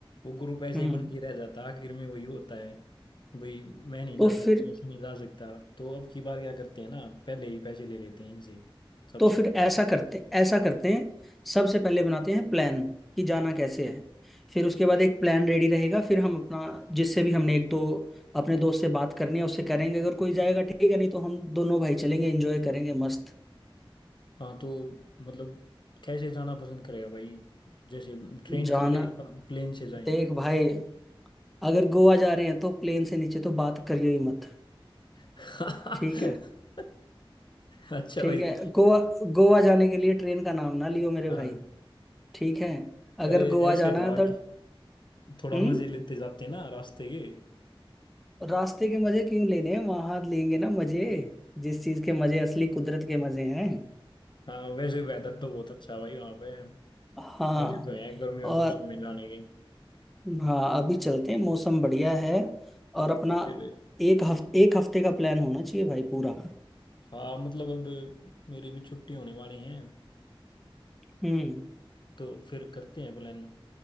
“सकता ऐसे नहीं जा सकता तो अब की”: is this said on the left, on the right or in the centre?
Left